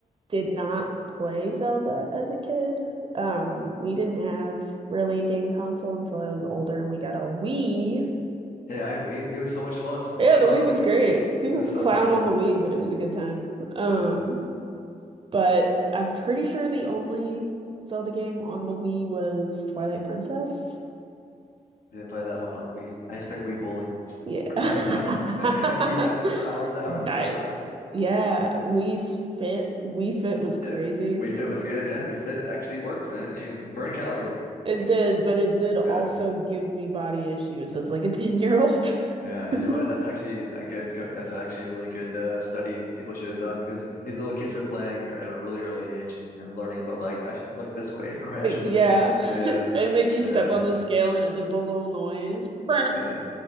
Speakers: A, on the right; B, on the left.
A: did not play Zelda as a kid. Um, we didn't have really a game console until I was older and we got a Wii.
B: Hey, I Wii. Wii was so much fun.
A: Yeah,
B: I
A: the
B: love
A: Wii
B: Wii.
A: was great. People
B: It was
A: clown
B: so fun.
A: on the Wii, but it was a good time. Um,
B: Yeah,
A: but I'm pretty sure the only Zelda game on the Wii was Twilight Princess.
B: didn't play that one on Wii. I used to play Wii Bowling.
A: Yeah.
B: Hours and hours.
A: <laughs>
B: <laughs> And we tennis for hours, hours
A: Nice.
B: and hours.
A: Yeah, Wii Fit. Wii Fit was crazy.
B: Yeah. We Fit was good. Yeah. We Fit actually worked, man. You burn calories.
A: It did, but it did also
B: Yeah.
A: give me body issues as like a <laughs> 10 year old.
B: Yeah. And
A: <laughs>
B: you know what? That's actually a good, co- that's actually a really good uh, study people should have done because these little kids are playing at a really early age and learning about like, I should look this way, <laughs> right? I
A: Yeah.
B: should, be- yeah.
A: <laughs> It makes you
B: Yeah.
A: step on the scale and it does the little noise. <laughs>
B: Yeah.